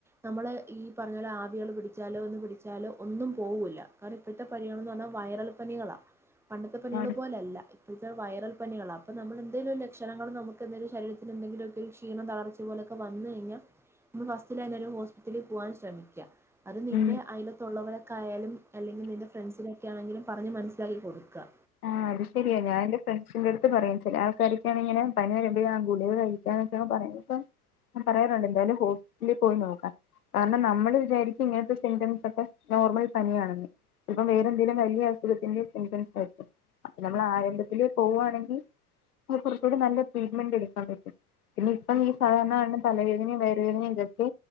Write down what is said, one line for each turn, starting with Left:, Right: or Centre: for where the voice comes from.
Centre: നമ്മള് ഈ പറഞ്ഞോല ആവി അള് പിടിച്ചാലോ ഒന്ന് പിടിച്ചാലോ ഒന്നും പോഊല്ല കാര്ണം ഇപ്പോഴത്തെ പനി ആണന്ന് പർന്നാ വാ വയറൽപ്പനികളാ പണ്ടത്തെ പനികള്
Left: ആണ്
Centre: പോലെ അല്ല ഇ <unintelligible> വൈറൽ പനികളാ അപ്പ നമ്മളെന്തേലൊരു ലക്ഷണങ്ങൾ നമുക്കെന്തേലും ശരീരത്തിന് എന്തെങ്കിലൊക്കെരു ക്ഷീണം തളർചെയ പോലെ ക്കെ വന്ന് കഴിഞ്ഞാ നമ്മ ഫസ്റ്റിലഞ്ഞെ ഒരു ഹോസ്പിറ്റലിൽ പോകാൻ ശ്രമിക്കുക അത് നിന്റെ
Left: ഉം
Centre: അയിലത്തുള്ളവരൊക്കെ ആയാലും അല്ലെങ്കിൽ നിന്റെ ഫ്രണ്ട്സിനൊക്കൊണെങ്കിലും പറഞ്ഞ് മനസ്സിലാക്കി കൊടുക്ക
Left: ആഹ് അത് ശരിയാ ഞാൻ എന്റെ ഫ്രണ്ട്സിന്റെ അടുത്ത് പറയും ചില ആൾക്കാരൊക്കെയാണ് ഇങ്ങനെ പ്പനി വരുമ്പഴും ഗുളിക കഴിക്കാന്നൊക്കെയാണ് പറയുന്നത്പ്പ പറയാറുണ്ട് എന്തായാലും ഹോസിറ്റലിൽ പോയി നോക്കാ കാരണം നമ്മള് വിചാരിക്കും ഇങ്ങനത്തെ സിംറ്റംസ് ഒക്കെ നോർമൽ പനിയാണെന്ന് ചിലപ്പൊ വേറെ എന്തേലും വലിയ അസുഖത്തിന്റെ സിംറ്റ ശ അപ്പൊ നമ്മൾ ആരംഭത്തില് പോവുവാണെങ്കിൽ അത് കുറച്ചുകൂടി നല്ല ട്രീറ്റ്മെന്റ് എടുക്കാൻ പറ്റും പിന്നെ ഇപ്പം ഈ സാധാരണണ് തലവേദനയും വേറ വേദനയും ഇതൊക്കെ